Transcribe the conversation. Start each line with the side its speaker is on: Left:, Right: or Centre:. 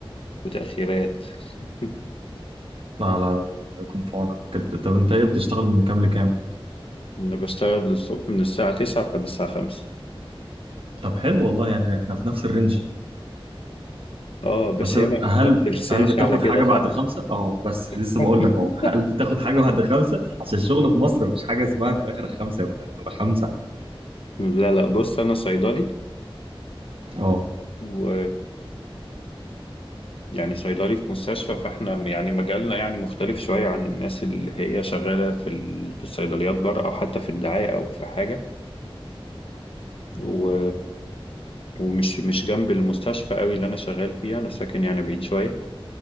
Left: وتأخيرات <laughs>
Right: لا لا لا، الله يكون في عونك كده. طب انت ايه بتشتغل من كام لكام
Left: انا بشتغل الصبح من الساعة 9 لحد الساعة 5
Right: طب حلو والله يعني احنا في نفس الرينج
Left: اه بس
Right: بس
Left: هي ما
Right: هل
Left: ما بترساش
Right: هل بتاخد
Left: على كده
Right: حاجه
Left: خالص
Right: بعد خمسه اه بس لسه
Left: <laughs>
Right: بقول لك اهو هل بتاخد حاجه بعد خمسه عشان الشغل في مصر مفيش حاجه اسمها انت اخرك خمسه يبقى هتبقى خمسه
Left: لا لا بص انا صيدلي
Right: اه
Left: و يعني صيدلي في مستشفى فاحنا يعني مجالنا يعني مختلف شوية عن الناس اللي هي شغالة في ال... في الصيدليات بره او حتى في الدعاية او في حاجة و... ومش مش جنب المستشفى قوي اللي انا شغال فيها انا ساكن يعني بعيد شوية